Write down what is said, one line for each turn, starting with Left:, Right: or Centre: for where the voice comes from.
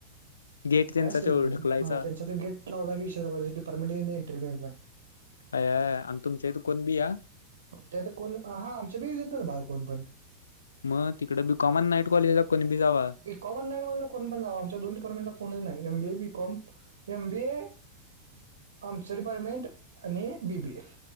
Left: गेट त्यांचा
Right: काय असतथे
Left: तो ढकलायचा
Right: त्यांचा त गेट. लावलागे परमिट एंटरव्यू येत नाही <unintelligible>
Left: अ आणि तुमच्या इथं कोण बी या
Right: आमच्या इथं कोण,, हा हा आमच्या बि देत ना बा कोण पण.
Left: मग तिकडं बीकॉमन नाईट कॉलेजला कोणी बी जावा.
Right: कॉमन नाईटवाला कोण पण जावा,, आमच्या दोन डिपार्टमेंटला कोणही नाही,, M BA B com M BA आमचं डीपारमेंट,, आणि बी बी एफ